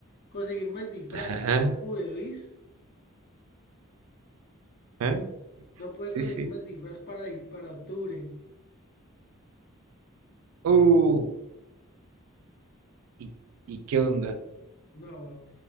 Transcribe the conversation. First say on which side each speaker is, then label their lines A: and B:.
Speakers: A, on the left (about 50°); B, on the right (about 85°).
A: conseguirme el disfraz.
B: Ajá,
A: No pude, ¿oís?
B: ajá,
A: No pude
B: Sí,
A: conseguirme
B: sí.
A: el disfraz para, di- para octubre.
B: Uh, ¿y, y qué onda?
A: No.